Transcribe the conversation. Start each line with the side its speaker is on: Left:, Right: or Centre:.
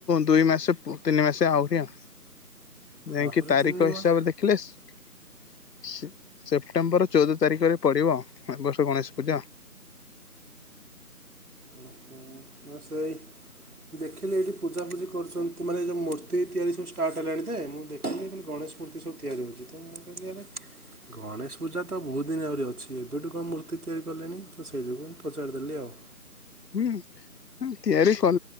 Left: ଦୁଇ ମାସେ ପୁ ତିନି ମାସେ ଆହୁରି ଆ ଯାଇକି
Right: ଆହୁରି
Left: ତାରିଖ
Right: ତିନି ମାସ
Left: ହିସାବରେ ଦେଖିଲେ ସ୍ ସ୍-ସେପ୍ଟେମ୍ବର ଚୋଉଦ ତାରିଖରେ ପଡ଼ିବ ଏ ବର୍ଷ ଗଣେଶ ପୂଜା।
Right: ଉଁହୁଁ ନା ସେଇ ଦେଖିଲି ଏଇଠି ପୂଜାପୂଜି କରୁଚନ୍ତି ମାନେ ଏଇ ଯୋଉ ମୂର୍ତ୍ତି ତିଆରି ସବୁ ଷ୍ଟାର୍ଟ ହେଲାଣି ତେ ମୁଁ ଦେଖିଲି କହିଲି ଗଣେଶ ମୂର୍ତ୍ତି ସବୁ ତିଆରି ହୋଉଚି ତ ମୁଁ କହିଲି ଆରେ ଗଣେଶ ପୂଜା ତ ବୋହୁତ ଦିନ ଆହୁରି ଅଛି ଏବେଠୁ କଣ ମୂର୍ତ୍ତି ତିଆରି କଲେଣି ତ ସେଇ ଯୋଗୁ ହିଁ ପଚାରିଦେଲି ଆଉ।
Left: ହୁଁ ଉଁ ତିଆରି କ